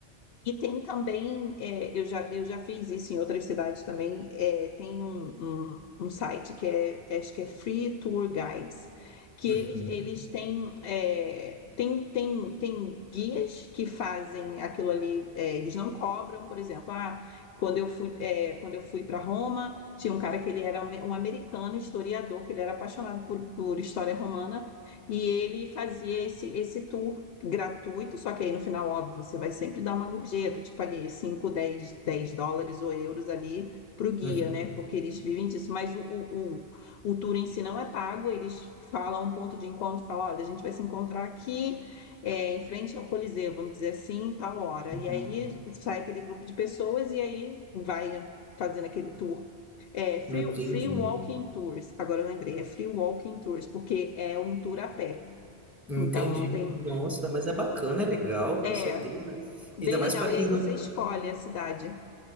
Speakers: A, on the left (about 65°); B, in the centre.
A: E tem também, é, eu já, eu já fiz isso em outras cidades também, é, tem um, um, um site que é, acho que é Free Tour Guides, que
B: Uhum,
A: eles, eles têm, é, tem, tem, tem guias que fazem aquilo ali, é, eles não cobram, por exemplo, ah, quando eu fui, é, quando eu fui para Roma, tinha um cara que ele era um americano historiador, que ele era apaixonado por, por história romana, e ele fazia esse, esse tour gratuito, só que aí no final, óbvio, você vai sempre dar uma gorjeta, tipo ali 5, 10, 10 dólares ou euros ali para o guia,
B: uhum,
A: né? Porque eles vivem disso, mas o, o, o, o tour em si não é pago, eles falam um ponto de encontro, falam, olha, a gente vai se encontrar aqui, é, em frente ao Coliseu, vamos dizer assim, tal hora.
B: uhum.
A: E aí sai aquele grupo de pessoas e aí vai fazendo aquele tour. É, free,
B: Entendi.
A: free Walking Tours, agora eu lembrei, é Free Walking Tours, porque é um tour a pé.
B: Entendi.
A: Então não tem.
B: Nossa, mas é bacana, é legal,
A: É,
B: com certeza.
A: Bem
B: Ainda mais
A: legal.
B: para
A: E
B: quem
A: aí você
B: não.
A: escolhe a cidade. <laughs>